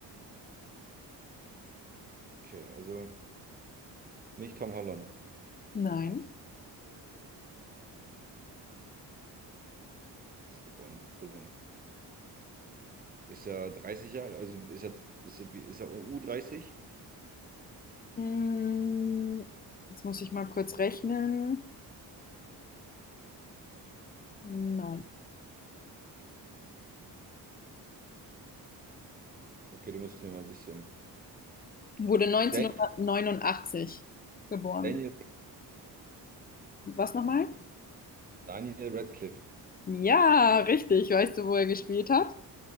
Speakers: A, on the right; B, on the left.
A: Okay, also nicht Tom Holland.
B: Nein.
A: Der ist geboren in Fulham. Ist ja 30 Jahre, also ist er, ist er, wie- ist er u dreißig?
B: Mm, jetzt muss ich mal kurz rechnen. Nein.
A: Okay, du musst mir mal ein bisschen.
B: Wurde 1989
A: Dan-
B: geboren.
A: Daniel,
B: Was nochmal?
A: Daniel Radcliffe,
B: Ja, richtig. Weißt du, wo er gespielt hat?